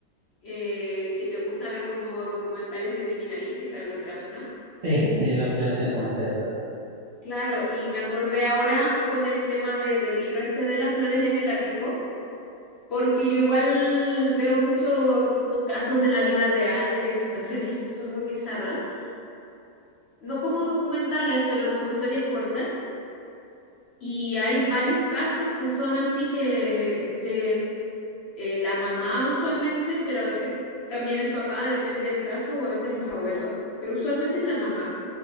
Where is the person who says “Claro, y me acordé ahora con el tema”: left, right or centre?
Left